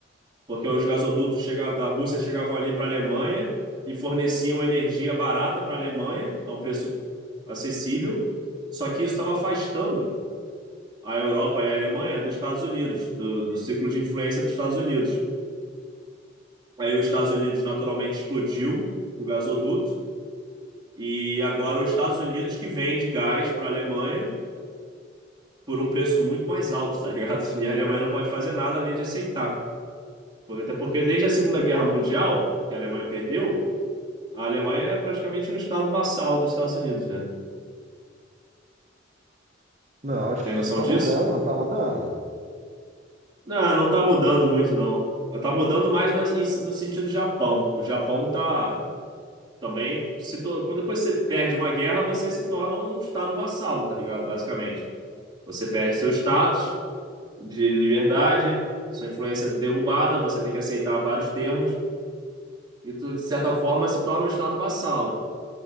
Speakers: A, on the right; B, on the right.
A: porque os gasodutos chegavam, da Rússia chegavam ali para a Alemanha e forneciam energia barata para a Alemanha, a um preço acessível. Só que isso estava afastando a Europa e a Alemanha dos Estados Unidos, do, do círculo de influência dos Estados Unidos. Aí os Estados Unidos naturalmente explodiu o gasoduto e agora os Estados Unidos que vende gás para a Alemanha por um preço muito mais alto, tá ligado? <laughs> E a Alemanha não pode fazer nada além de aceitar. Porque- Até porque desde a Segunda Guerra Mundial, que a Alemanha perdeu, A Alemanha é praticamente um estado vassal dos Estados Unidos, né?
B: Não, acho
A: Tem
B: que
A: noção
B: isso tá
A: disso?
B: mudando, não tá mudando?
A: Não, não tá mudando muito, não. Tá mudando mais nas- em- no sentido Japão. O Japão tá também se tor- quando depois você perde uma guerra, você se torna um estado vassalo, tá ligado? Basicamente. Você perde seu status de liberdade, sua influência é derrubada, você tem que aceitar vários termos e tu, de certa forma, se torna um estado vassalo.